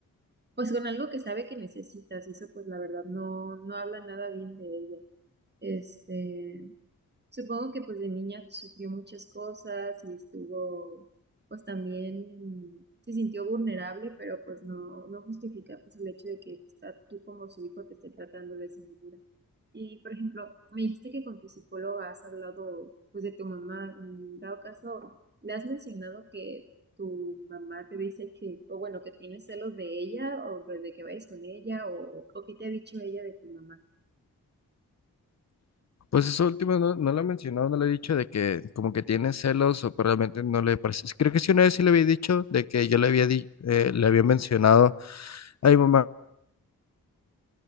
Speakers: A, on the right; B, on the left.
A: pues con algo que sabe que necesitas y eso pues la verdad no, no habla nada bien de ella. Este, Supongo que pues de niña sufrió muchas cosas y estuvo, pues también se sintió vulnerable, pero pues no, no justifica pues el hecho de que está, tú como su hijo te esté tratando de esa manera. Y por ejemplo, me dijiste que con tu psicóloga has hablado pues de tu mamá, en dado caso, ¿le has mencionado que tu mamá te dice que, o bueno, que tienes celos de ella o de de que vayas con ella o, o qué te ha dicho ella de tu mamá?
B: Pues eso último no, no lo he mencionado, no le he dicho de que como que tiene celos o pues, realmente no le parece. Creo que sí una vez sí le había dicho de que yo le había, di- eh, le había mencionado a mi mamá